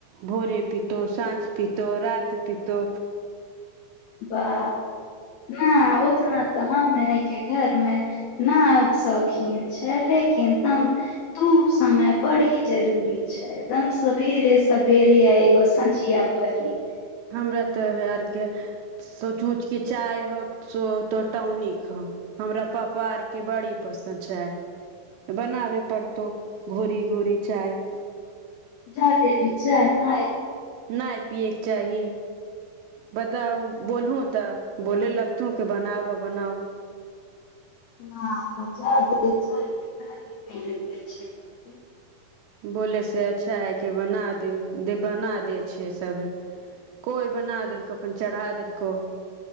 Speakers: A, on the right; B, on the left.
A: भोरे पितो साँझ पितो रात पितो
B: वाह नैय उतना तऽ हममे के घरमे नैय शौखीन छैय लेकिन तम दू समय बड़ी जरूरी छै एकदम सबरे- सबरे एगो संझिया परीली
A: हमरा तऽ ह आरके सोचू की चाय हौ तो टौनिक हौ हमरा पापा और के बड़ी पसंन्द चैय बनाबे पड़तौ भोरी -भेरी चाय
B: जय देवी चाय माय
A: नहि पियएके चाही बताउ बोलू तऽ बोले लगतौ कि बनाब बनाउ
B: न जाय दैत छै अभी पियएते छलया कि
A: बोले से अच्छा है की बना दे दे बना दे छैे सब हे कोइ बना देलकौ अपन चरा देलकौ